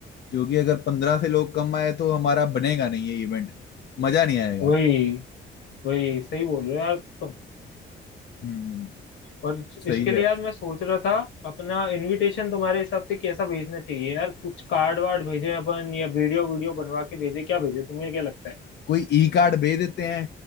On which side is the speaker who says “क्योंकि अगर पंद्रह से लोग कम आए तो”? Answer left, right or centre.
Left